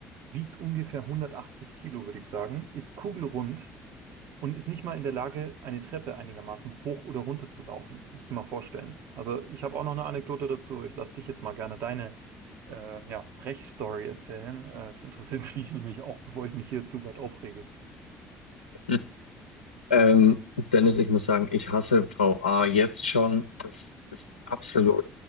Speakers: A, on the right; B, on the left.
A: wiegt ungefähr 180 Kilo, würde ich sagen, ist kugelrund und ist nicht mal in der Lage, eine Treppe einigermaßen hoch oder runter zu laufen. Musst du dir mal vorstellen. Also ich habe auch noch eine Anekdote dazu. Ich lasse dich jetzt mal gerne deine äh, ja, Brechstory erzählen. Äh, das interessiert <laughs> mich nämlich auch, bevor ich mich hier zu weit aufrege.
B: Mhm. Ähm, Dennis, ich muss sagen, ich hasse Frau A jetzt schon. Das ist absolut,